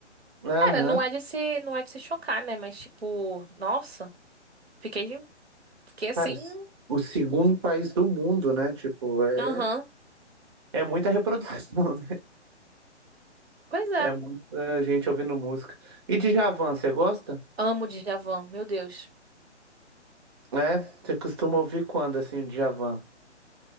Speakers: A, on the right; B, on the right.
A: Aham.
B: Cara, não é de se, não é de se chocar, né? Mas tipo, nossa, fiquei, fiquei assim,
A: Cara, o segundo país do mundo, né? Tipo, é
B: aham.
A: É muita reprodução, né?
B: Pois é.
A: É muita gente ouvindo música. E Djavan, você gosta?
B: Amo Djavan, meu Deus.
A: É? Você costuma ouvir quando, assim, Djavan?